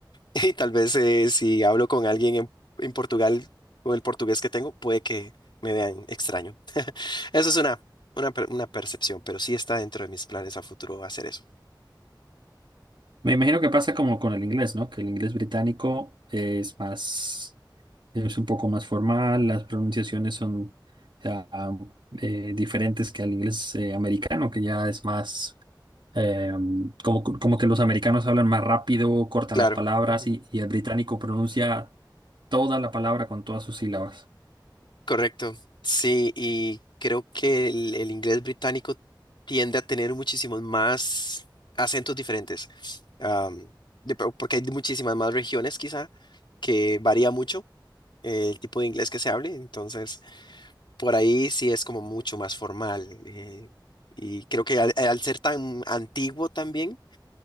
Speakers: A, on the left (about 75°); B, on the right (about 70°).
A: <laughs> Y tal vez eh, si hablo con alguien en, en Portugal, con el portugués que tengo, puede que me vean extraño. Eso es una, una, per- una percepción, pero sí está dentro de mis planes a futuro hacer eso.
B: Me imagino que pasa como con el inglés, ¿no? Que el inglés británico es más. es un poco más formal, las pronunciaciones son ah, eh, diferentes que al inglés eh, americano, que ya es más eh, como, como que los americanos hablan más rápido, cortan
A: Claro,
B: las palabras
A: ujú,
B: y, y el británico pronuncia toda la palabra con todas sus sílabas.
A: correcto. Sí, y creo que el, el inglés británico tiende a tener muchísimos más acentos diferentes, am, de- por- porque hay muchísimas más regiones quizá, que varía mucho eh, el tipo de inglés que se hable, entonces por ahí sí es como mucho más formal. eh, y creo que al al ser tan antiguo también